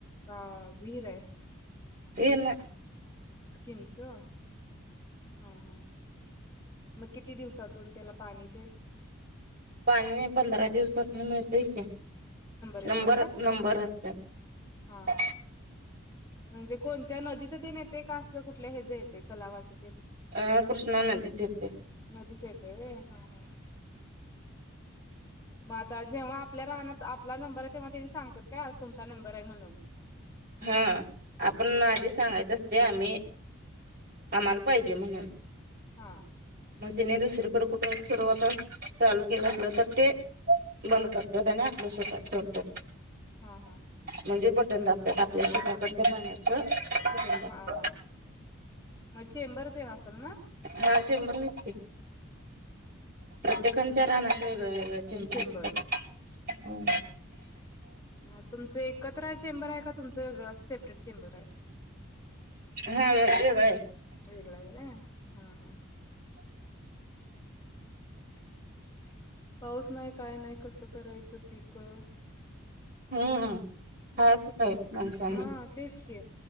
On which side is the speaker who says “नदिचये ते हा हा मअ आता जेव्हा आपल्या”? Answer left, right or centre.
Left